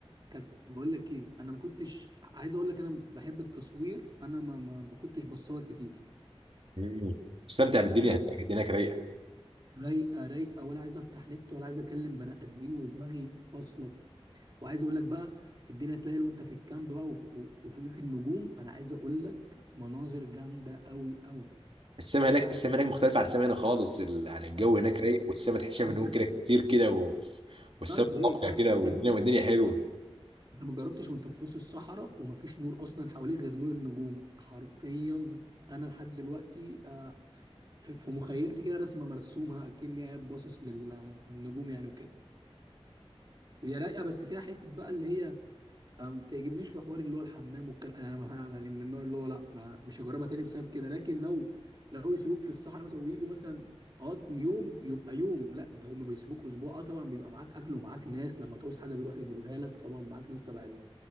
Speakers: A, on the right; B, on the right.
A: كانت بقول لك ايه انا ما كنتش عايز اقول لك انا بحب التصوير انا ما ما, ما كنتش بصور كتير
B: مم. استمتع بالدنيا
A: يعني
B: هناك الدنيا هناك رايقه
A: رايقه رايقه ولا عايز افتح نت ولا عايز اكلم بني ادمين ودماغي فاصله وعايز اقول لك بقى الدنيا تلاقي وانت في الكامب بقى و- و- وفوقيك النجوم انا عايز اقول لك مناظر جامده قوي قوي
B: السما هناك السما هناك مختلفه عن السما هنا خالص ال... يعني الجو هناك رايق والسما تحس شايف
A: ده
B: نجوم كده كتير كده و...
A: <laughs>
B: والسما
A: تعرف
B: صافيه
A: ليه تعرف
B: كده والدنيا
A: ليه؟
B: والدنيا حلوه
A: انت ما جربتش وانت في نص الصحراء ومفيش نور اصلا حواليك غير نور النجوم حرفيا انا لحد دلوقتي آه، في في مخيلتي كده رسمه مرسومه اكني قاعد باصص لل- للنجوم يعني وكده هي رايقه بس فيها حته بقى اللي هي أنا ما بتعجبنيش في حوار اللي هو الحمام والكلام انا ما أنا يعني من النوع اللي هو لا ما مش هجربها تاني بسبب كده لكن لو لو يسيبوك في الصحراء مثلا ويجوا مثلا اه يوم يبقى يوم لا ده هم بيسيبوك اسبوع اه طبعا بيبقى معاك اكل ومعاك ناس لما تعوز حاجه بيروحوا يجيبوها لك طبعا معاك ناس تبع ال...